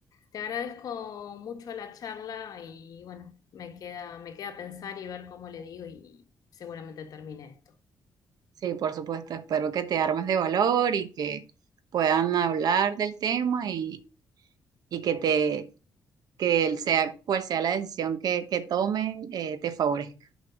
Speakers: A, on the left; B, on the right.
A: te agradezco mucho la charla y bueno, me queda, me queda pensar y ver cómo le digo y seguramente termine esto.
B: Sí, por supuesto, espero que te armes de valor y que puedan hablar del tema y, y que te que el sea, cual sea la decisión que, que tomen, eh, te favorezca.